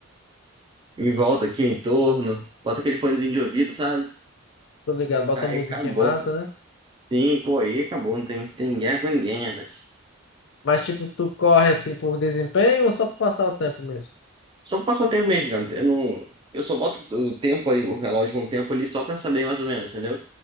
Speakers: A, on the right; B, on the left.
A: me volta aqui em torno, bota aquele fonezinho de ouvido, sabe?
B: tô ligado, bota
A: Aí
B: uma musiquinha
A: acabou.
B: massa,
A: pô.
B: né?
A: Sim, pô, aí acabou, não tem, tem guerra com ninguém, né, velho?
B: Mas tipo, tu corre assim por desempenho ou só pra passar o tempo mesmo?
A: Só passatempo mesmo, cara. Eu não, eu só boto o tempo ali, o relógio com o tempo ali só pra saber mais ou menos, entendeu?